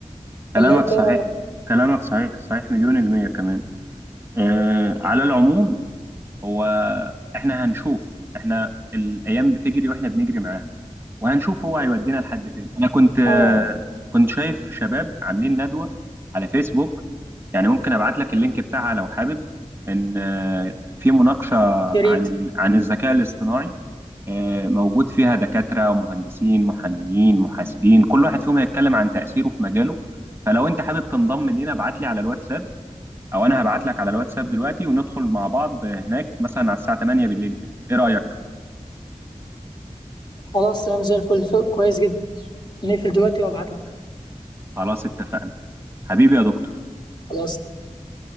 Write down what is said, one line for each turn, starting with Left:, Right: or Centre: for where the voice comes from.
Right: كلامك
Left: ولا انت
Right: صحيح
Left: ايه رايك؟
Right: كلامك صحيح صحيح مليون المية كمان آه على العموم هو احنا هنشوف احنا الأيام بتجري واحنا بنجري معاها وهنشوف هو هيودينا لحد فين انا كنت آه،
Left: اه
Right: كنت شايف شباب عاملين ندوة على فيسبوك يعني ممكن ابعت لك اللينك بتاعها لو حابب ان آه، في مناقشة
Left: يا ريت
Right: عن ال- عن الذكاء الاصطناعي آه، موجود فيها دكاترة ومهندسين محاميين محاسبين كل واحد فيهم هيتكلم عن تأثيره في مجاله فلو انت حابب تنضم لينا ابعت لي على الواتساب او انا هبعت لك على الواتساب دلوقتي وندخل مع بعض هناك مثلا على الساعة 8 بالليل كده ايه رأيك
Left: خلاص تمام زي الفل كويس جدا نقفل دلوقتي وابعت لك
Right: خلاص اتفقنا حبيبي يا دكتور
Left: خلاص